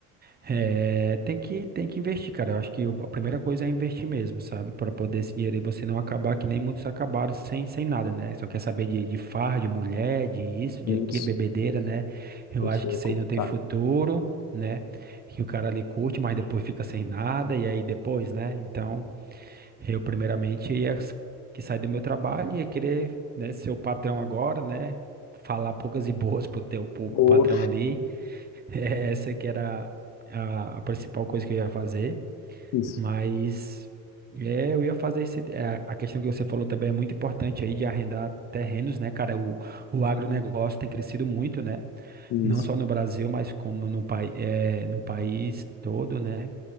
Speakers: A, on the right (about 25°); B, on the left (about 60°).
A: é, tem que, tem que investir, cara. Eu acho que a primeira coisa é investir mesmo, sabe? Para poder esse dinheiro aí você não acabar que nem muitos acabaram sem, sem nada, né? Só quer saber de, de farra, de mulher, de isso, de aquilo,
B: Isso,
A: bebedeira, né? Eu
B: isso
A: acho que
B: é
A: isso
B: complicado.
A: aí não tem futuro, né? Que o cara ali curte, mas depois fica sem nada, e aí depois, né? Então. Eu, primeiramente, ia s- que sair do meu trabalho e ia querer, né, ser o patrão agora, né? Falar poucas e boas pro teu pro
B: Boa,
A: patrão ali. <laughs> Eh, Essa que era a, a principal coisa que eu ia fazer.
B: isso,
A: Mas é, eu ia fazer isso. é, a questão que você falou também é muito importante aí de arrendar terrenos, né, cara? O, o agronegócio tem crescido muito, né?
B: isso.
A: Não só no Brasil, mas como no, pai, é, no país todo, né?